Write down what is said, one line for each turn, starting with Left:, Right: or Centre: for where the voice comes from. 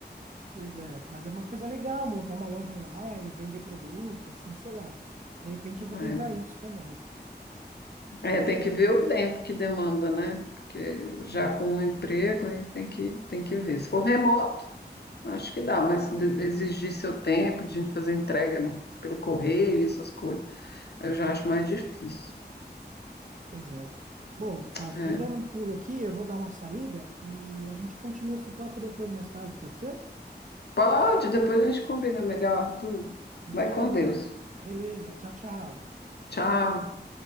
Right: Pois é, mas é uma coisa legal montar uma loja online, vender produtos, assim, sei lá. De repente eu vou
Left: É,
Right: tentar isso também.
Left: É, tem que ver o tempo que demanda, né? Porque
Right: Sim.
Left: já com o emprego aí tem que, tem que ver. Se for remoto, acho que dá, mas de- exigir seu tempo de fazer entrega pelo correio e essas coisas, eu já acho mais difícil.
Right: Pois é. Bom, Flávio,
Left: É.
Right: eu vou dando um pulo aqui, eu vou dar uma saída e a gente continua esse papo depois, mais tarde, pode ser?
Left: Pode, depois a gente combina melhor. Tu
Right: Então
Left: vai com
Right: tá bom.
Left: Deus.
Right: Beleza, tchau, tchau.
Left: Tchau.